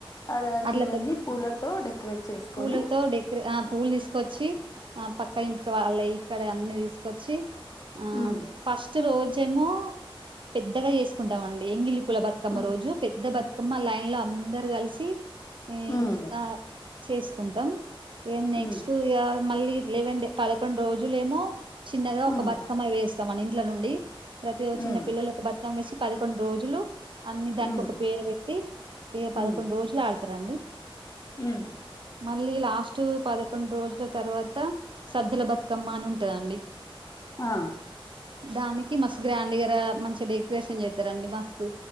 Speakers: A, on the left; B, on the right.
A: అలాంటివన్నీ
B: అట్ల తో
A: పూలతో డెకరేట్ చేసుకొని
B: పూలలో ఆ పూలు తీసుకొచ్చి ఆ ఆ పక్క ఇంటికి వాళ్ళయి ఇక్కడ అన్ని తీసుకొచ్చి ఆ
A: ఉమ్
B: ఫస్ రోజేమో పెద్దగా చేసుకుంటామండి ఎంగిలి పూల బతుకమ్మ
A: ఉమ్
B: రోజు పెద్ద బత్ కమ్మ లైన్ లో అందరు కలిసి ఇ
A: ఉమ్
B: ఆ చేసుకుంటాం ఇగ నెక్స్ట్
A: ఉమ్
B: ఇగ మళ్ళీ లేవన్ డే పదకొండు రోజులేమో చిన్నగా ఒక
A: ఉమ్
B: బతుకమ్మ పేరుస్తామండి ఇంట్ల నుండి ప్రతిరోజు చిన్న
A: ఉమ్
B: పిల్లలు ఒక బతుకమ్మ పెర్సీ పదకొండు రోజులు అన్ని దానికొక
A: ఉమ్
B: పేరు పెట్టి ఇగ పదకొండు
A: ఉమ్
B: రోజులు ఆడుతారండి
A: ఉమ్
B: మళ్ళీ లాస్ట్ పదకొండు రోజుల తర్వాత సద్దుల బత్ కమ్మా అని ఉంటదండి
A: ఆ
B: దాని కి మస్ గ్రాండ్ గా మంచిగ డెకరేషన్ చేస్తారండి మస్తు